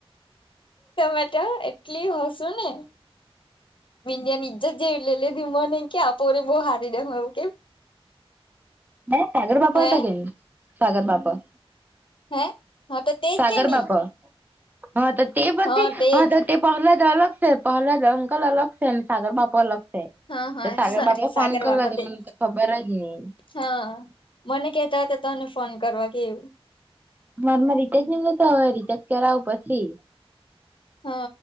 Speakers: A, on the left; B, on the right.
A: જામેટ એટલી હસ શુંને.. બિન્ડિયાનીજ જ જેવી લે લેધી મને કે આપોરે બહુ હારી દેમ એવું કેમ
B: હ સાગર બાપા
A: હે
B: હતા કે ન સાગર બાપા.
A: હે હા તો તેજ
B: સાગર
A: કે ની
B: બાપ હા તો તે પછી
A: હા તેજ
B: હ તે પહલા જ અલગ છે પહલા જ અંકલ અલગ છે અને સાગર બાપુ અલગ છે.
A: હા હા
B: તો સાગર
A: સોરી
B: બાપા
A: સાગર
B: ફોન કરલા
A: બાપા
B: તો
A: તેજ
B: મને તો ખબર જ નહી
A: હા મને કતા હતા તને ફોન કરવા કેવું.
B: મનમાં રીચજ મ નતા હવે રીચજ કરાવું પછી.
A: હ